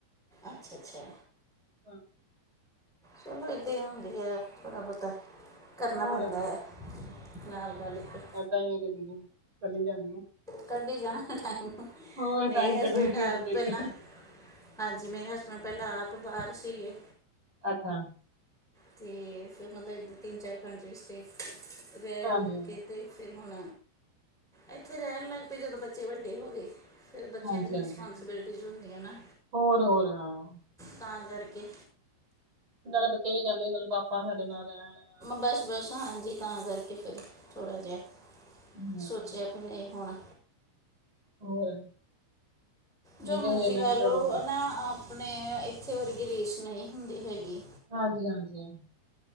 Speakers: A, in the centre; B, on the right (about 25°).
A: ਅੱਛਾ ਅੱਛਾ,
B: ਹਾਂ,
A: ਚਲੋ ਏਦਾਂ ਹੀ ਹੁੰਦੀ ਹੈ, ਥੋੜ੍ਹਾ ਬਹੁਤਾ ਕਰਨਾ
B: ਹੋਰ
A: ਪੈਂਦਾ ਐ, ਨਾਲ ਰਲਕੇ
B: ਤਾਇਯੋ ਤੇ ਬਿਲਕੁਲ ਕੱਲੀ ਜਾਂਦੀ ਆਂ।
A: ਕਰਦੇ ਜਾਣਾ ਟਾਈਮ,
B: ਹੋਰ
A: ਮੇਰੇ
B: ਟਾਈਮ ਕੱਢਣਾ
A: ਹਸਬੈਂਡ ਹੈ
B: ਕਿਸੇ ਤਰੀਕੇ
A: ਪਹਿਲਾਂ। ਹਾਂਜੀ, ਮੇਰੇ ਹਸਬੈਂਡ ਪਹਿਲਾਂ ਆਪ ਬਾਹਰ ਸੀਗੇ।
B: ਅੱਛਾ,
A: ਅਤੇ ਫਿਰ ਮਤਲਬ ਇੱਧਰ, ਤਿੰਨ ਚਾਰ ਕੰਟਰੀਜ਼ ਰਹਿ
B: ਹਾਂਜੀ
A: ਰੁ ਕੇ, ਅਤੇ ਫਿਰ ਹੁਣ ਇੱਥੇ ਰਹਿਣ ਲੱਗ ਪਏ, ਜਦੋਂ ਬੱਚੇ ਵੱਡੇ ਹੋ ਗਏ। ਫਿਰ ਬੱਚਿਆਂ
B: ਹਾਂਜੀ
A: ਦੀ ਵੀ
B: ਹਾਂਜੀ
A: ਰਿਸਪੋਂਸੀਬਿਲਟੀਜ਼ ਹੁੰਦੀਆਂ ਨਾ,
B: ਹੋਰ ਹੋਰ ਹਾਂ
A: ਤਾਂ ਕਰਕੇ।
B: ਨਾਲੇ ਬੱਚੇ ਵੀ ਕਹਿੰਦੇ, ਮਤਲਬ ਪਾਪਾ ਸਾਡੇ ਨਾਲ ਰਹਿਣਾ।
A: ਬਸ ਬਸ, ਹਾਂਜੀ ਤਾਂ ਕਰਕੇ ਫਿਰ ਥੋੜ੍ਹਾ ਜਿਹਾ
B: ਹੂੰ
A: ਸੋਚਿਆ। ਫਿਰ ਨਹੀਂ ਹੋਣਾ।
B: ਹੋਰ, ਮੈਂ
A: ਜੋ
B: ਕਿਹਾ
A: ਮਰਜ਼ੀ
B: ਹਜੇ ਇਹਨਾਂ
A: ਕਰ
B: ਦੀ
A: ਲਓ
B: ਜੋਬ
A: ਨਾ ਆਪਣੇ, ਇੱਥੇ ਵਰਗੀ ਰੀਸ ਨਹੀਂ ਹੁੰਦੀ ਹੈਗੀ।
B: ਹਾਂਜੀ -ਹਾਂਜੀ-ਹਾਂ